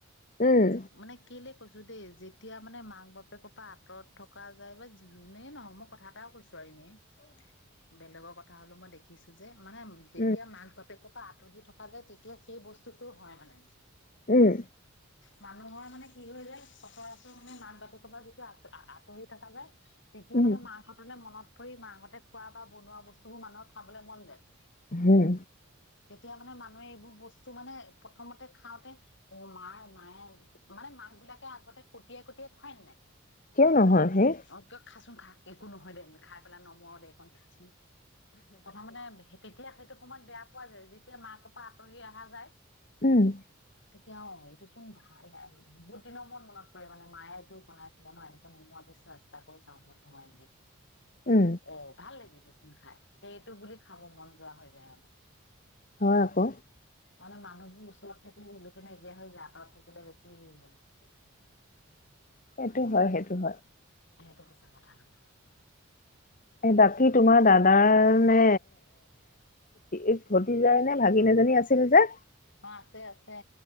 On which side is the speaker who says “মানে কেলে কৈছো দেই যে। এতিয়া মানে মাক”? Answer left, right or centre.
Left